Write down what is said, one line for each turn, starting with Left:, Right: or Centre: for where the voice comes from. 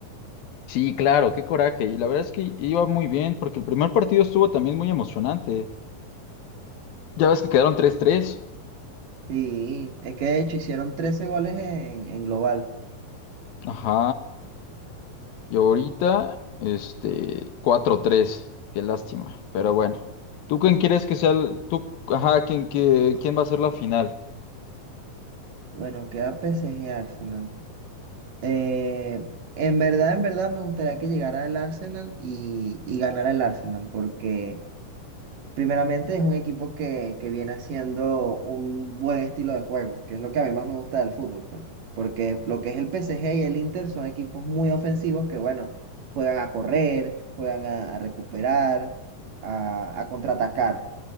Left: Sí, claro, qué coraje. Y la verdad es que iba muy bien, porque el primer partido estuvo también muy emocionante. Ya ves que quedaron tres tres.
Right: Sí, es que de hecho hicieron 13 goles en, en global.
Left: Ajá. Y ahorita, este, cuatro tres Qué lástima. Pero bueno. ¿Tú quién quieres que sea el... Tú, ajá, ¿quién, qué- quién va a ser la final?
Right: Bueno, queda P. S. G. Arsenal. Eh, en verdad, en verdad me gustaría que llegara el Arsenal y, y ganara el Arsenal, porque primeramente es un equipo que, que viene haciendo un buen estilo de juego, que es lo que a mí más me gusta del fútbol, pues. Porque lo que es el P. S. G. y el Inter son equipos muy ofensivos que, bueno, juegan a correr, juegan a, a recuperar, a a contraatacar.